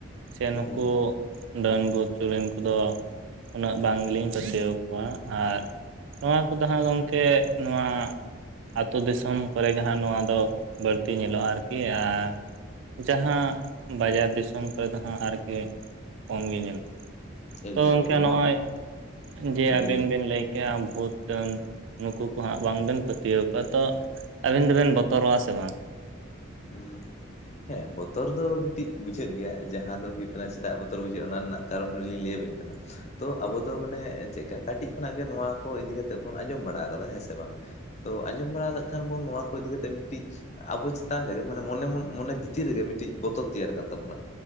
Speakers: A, on the right; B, on the left.
A: ᱥᱮ ᱱᱩᱠᱩ
B: ᱦᱮᱸ ᱦᱮᱸ
A: ᱰᱟᱹᱱ, ᱵᱷᱩᱛ, ᱪᱩᱲᱤᱱ ᱠᱚᱫᱚ ᱩᱱᱟᱹᱜ ᱵᱟᱝ ᱜᱮᱞᱤᱧ ᱯᱟᱹᱛᱭᱟᱹᱣ ᱟᱠᱚᱣᱟ ᱟᱨ ᱱᱚᱣᱟ ᱠᱚᱫᱚ ᱦᱟᱸᱜ ᱜᱚᱢᱠᱮ ᱱᱚᱣᱟ ᱟᱛᱳ ᱫᱤᱥᱚᱢ ᱠᱚᱨᱮ ᱜᱮ ᱦᱟᱜ ᱱᱚᱣᱟ ᱫᱚ ᱵᱟᱹᱲᱛᱤ ᱧᱮᱞᱚᱜᱼᱟ ᱟᱨᱠᱤ ᱟᱨ ᱡᱟᱦᱟᱸ ᱵᱟᱡᱟᱨ ᱫᱤᱥᱚᱢ ᱠᱚᱨᱮ ᱫᱚ ᱦᱟᱸᱜ ᱟᱨᱠᱤ ᱠᱚᱢ ᱜᱮ ᱧᱮᱞᱚᱜᱼᱟ
B: ᱮᱠᱫᱚᱢ
A: ᱛᱚ ᱜᱚᱝᱠᱮ
B: ᱮᱠᱫᱚᱢ
A: ᱱᱚᱜᱼᱚᱭ
B: ᱱᱚ
A: ᱡᱮ
B: ᱦᱮᱸ
A: ᱟᱵᱮᱱ
B: ᱵᱤᱱ
A: ᱵᱮᱱ ᱞᱟᱹᱭ ᱠᱮᱭᱟ ᱵᱷᱩᱛ ᱰᱟᱹᱱ ᱱᱩᱠᱩ ᱠᱚ ᱦᱟᱸᱜ ᱵᱟᱝ ᱵᱮᱱ ᱯᱟᱹᱛᱭᱟᱹᱣ ᱠᱚᱣᱟ ᱛᱚ ᱟᱵᱮᱱ ᱫᱚᱵᱮᱱ ᱵᱚᱛᱚᱨᱚᱜᱼᱟ ᱥᱮ ᱵᱟᱝ
B: ᱦᱩᱸ ᱦᱮᱸ ᱵᱚᱛᱚᱨ ᱫᱚ ᱢᱤᱫᱴᱤᱡ ᱵᱩᱡᱷᱟᱹᱜ ᱜᱮᱭᱟ ᱡᱟᱦᱟᱸ ᱫᱚ ᱦᱩᱭᱩᱜ ᱠᱟᱱᱟ᱾ ᱪᱮᱫᱟᱜ ᱵᱚᱛᱚᱨ ᱵᱩᱡᱷᱟᱹᱜᱼᱟ ᱚᱱᱟ ᱨᱮᱱᱟᱜ ᱠᱟᱨᱚᱱ ᱦᱚᱸ ᱞᱤᱧ ᱞᱟᱹᱭ ᱟᱹᱵᱤᱱ ᱠᱟᱱᱟ᱾ ᱛᱚ ᱟᱵᱚ ᱫᱚ ᱢᱟᱱᱮ ᱪᱮᱫᱠᱟ ᱠᱟᱹᱴᱤᱡ ᱠᱷᱚᱱᱟᱜ ᱜᱮ ᱱᱚᱣᱟ ᱠᱚ ᱤᱫᱤ ᱠᱟᱛᱮᱜ ᱵᱚᱱ ᱟᱸᱡᱚᱢ ᱵᱟᱲᱟ ᱠᱟᱫᱟ ᱦᱮᱸ ᱥᱮ ᱵᱟᱝ ᱛᱚ ᱟᱸᱡᱚᱢ ᱵᱟᱲᱟ ᱠᱟᱜ ᱠᱷᱟᱱ ᱵᱚᱱ ᱱᱚᱣᱟ ᱠᱚ ᱤᱫᱤ ᱠᱟᱛᱮᱜ ᱢᱤᱫᱴᱤᱡ ᱟᱵᱚ ᱪᱮ ᱛᱟᱱ ᱨᱮᱜᱮ ᱢᱟᱱᱮ ᱢᱚᱱᱮ ᱢᱚᱱᱮ ᱵᱷᱤᱛᱤᱨ ᱨᱮᱜᱮ ᱢᱤᱫᱴᱤᱡ ᱵᱚᱛᱚᱨ ᱛᱮᱭᱟᱨ ᱠᱟᱱ ᱛᱟᱵᱚᱱᱟ᱾